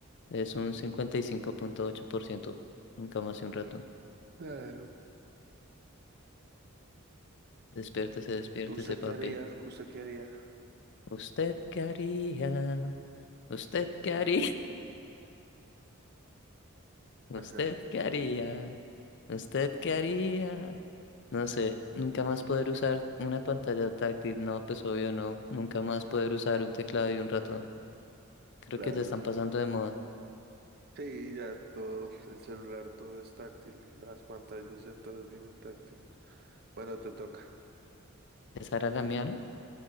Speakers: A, on the left; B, on the right.
A: Es un cincuenta y cinco punto ocho por ciento Nunca más y un ratón.
B: Claro.
A: Despiértese, despiértese,
B: ¿Usted
A: papi.
B: qué haría? ¿Usted qué haría?
A: ¿Usted qué haría? ¿Usted qué haría? <laughs> ¿Usted
B: <laughs>
A: qué haría? ¿Usted qué haría? No sé, nunca más poder usar una pantalla táctil. No, pues obvio no. Nunca más poder usar un teclado y un ratón. Creo
B: Claro,
A: que ya están
B: sí.
A: pasando de moda.
B: Sí, ya todo, el celular todo es táctil, las pantallas ya todas vienen táctiles. Bueno, te toca.
A: ¿Esa era la mía, no?